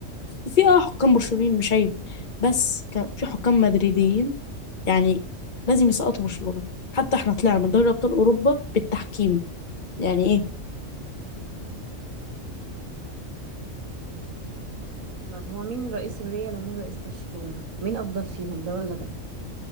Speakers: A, on the left; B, on the right.
A: في اه حكام برشلونيين مش عيب بس كان في حكام مدريديين يعني لازم يسقطوا برشلونه حتى احنا طلعنا من دوري ابطال اوروبا بالتحكيم يعني ايه
B: طب هو مين رئيس الريال ومين رئيس برشلونة مين افضل فيهم ده ولا ده